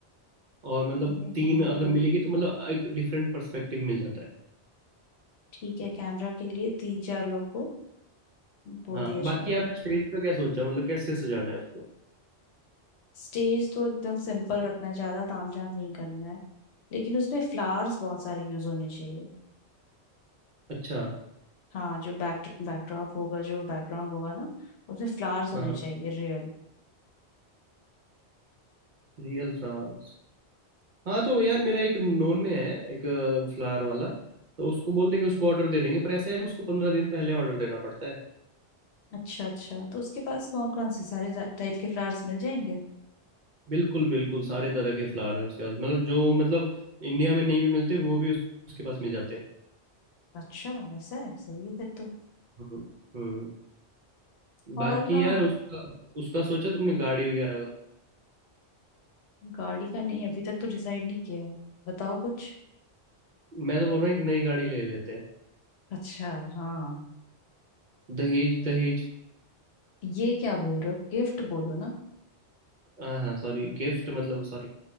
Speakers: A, on the right (about 55°); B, on the left (about 70°).
A: और मतलब
B: चलो
A: तीन
B: हाँ
A: अगर
B: हाँ
A: मिलेगी
B: हाँ
A: तो मतलब एक डिफरेंट पर्सपेक्टिव मिल जाता है
B: ठीक है कैमरा के लिए तीन चार लोग को बोल
A: हाँ
B: दिया
A: बाकी
B: जाएगा
A: आपने स्टेज का क्या सोचा मतलब कैसे सजाना है उसको
B: स्टेज तो एकदम सिंपल रखना है ज्यादा तामझाम नहीं करना है लेकिन उसमें फ्लावर्स बहुत सारे यूज होने चाहिए
A: अच्छा
B: हाँ जो बैक बैकड्रॉप होगा जो बैकग्राउंड होगा ना उसमें फ्लावर्स होने
A: हाँ हाँ
B: चाहिए रियल
A: Real France हाँ तो यार मेरा एक नोन में है एक फ्लावर वाला तो उसको बोल देंगे उसको ऑर्डर दे देंगे पर ऐसा है उसको पंद्रह दिन पहले ऑर्डर देना पड़ता है
B: अच्छा अच्छा तो उसके पास कौन कौन से सारे टाइप के फ्लावर्स मिल जाएंगे
A: बिल्कुल बिल्कुल सारे तरह के फ्लावर है उसके पास मतलब जो मतलब इंडिया में नहीं भी मिलते वो भी उस, उसके पास मिल जाते हैं
B: अच्छा वैसा है सही है फिर तो
A: हम्म हम्म।
B: और
A: बाकी
B: ना
A: यार उसका उसका सोचा तुमने गाड़ी वगैरह का
B: गाड़ी का नहीं अभी तक तो डिसाइड नहीं किया है बताओ कुछ
A: मैं तो बोल रहा हूँ एक नई गाड़ी ले लेते हैं
B: अच्छा हाँ
A: दहेज दहेज
B: ये क्या बोल रहे हो गिफ्ट बोलो ना
A: हाँ हाँ सॉरी गिफ्ट मतलब सॉरी